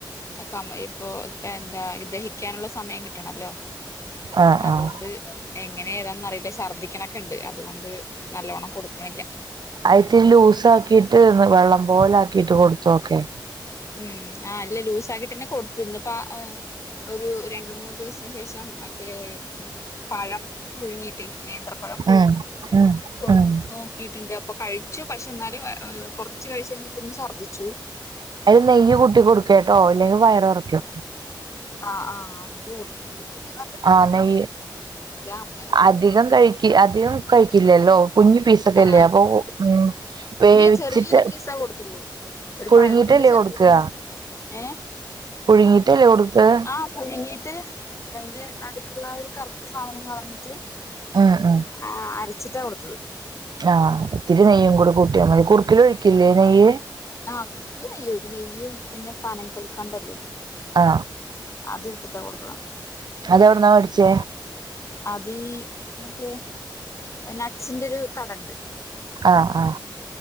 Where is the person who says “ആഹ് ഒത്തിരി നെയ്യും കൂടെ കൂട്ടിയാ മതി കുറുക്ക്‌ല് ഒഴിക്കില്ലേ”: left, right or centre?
Right